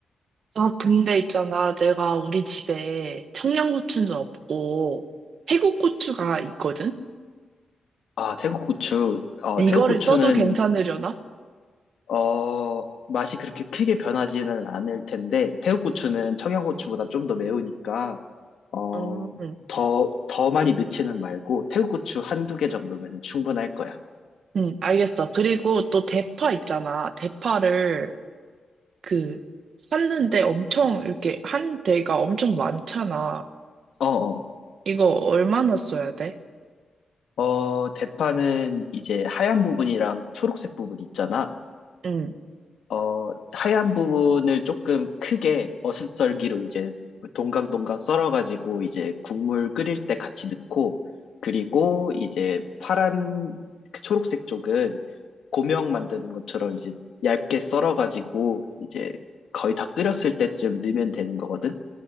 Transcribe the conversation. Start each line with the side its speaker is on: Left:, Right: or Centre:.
Right: 아, 근데 있잖아. 내가 우리 집에 청양고추는 없고 태국 고추가 있거든?
Left: 아, 태국 고추. 어,
Right: 이거를
Left: 태국 고추는,
Right: 써도 괜찮으려나?
Left: 어, 맛이 그렇게 크게 변하지는 않을 텐데, 태국 고추는 청양고추보다 좀 더 매우니까, 어,
Right: 음.
Left: 더, 더 많이 넣지는 말고, 태국 고추 한두 개 정도면 충분할 거야.
Right: 응, 알겠어. 그리고 또 대파 있잖아. 대파를 그 샀는데 엄청 이렇게 한 대가 엄청 많잖아.
Left: 어, 어,
Right: 이거 얼마나 써야 돼?
Left: 어, 대파는 이제 하얀 부분이랑 초록색 부분 있잖아.
Right: 응,
Left: 어, 하얀 부분을 조금 크게 어슷썰기로 이제 동강동강 썰어가지고 이제 국물 끓일 때 같이 넣고 그리고 이제 파란 그 초록색 쪽은 고명 만드는 것처럼 이제 얇게 썰어가지고 이제 거의 다 끓였을 때쯤 넣으면 되는 거거든.